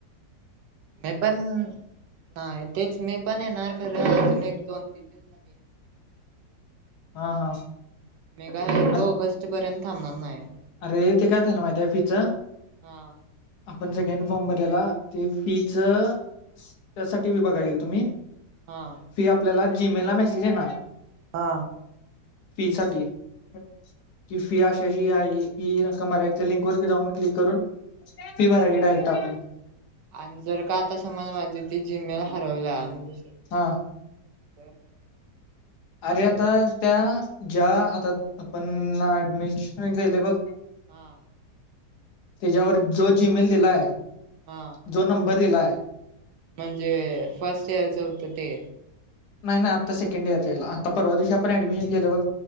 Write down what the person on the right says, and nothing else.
मी पण, नाही तेच मी पण येणार खरं एक- दोन दिवसात.
मेघा येतो एक
ऑगस्ट पर्यंत थांबणार नाही.
हा
हा.
हा
आणि जर का आता समज माझी ती जिम्मेल हरवला आणि
<unintelligible>
हा!
हा
म्हणजे फर्स्ट इयरच होतं ते.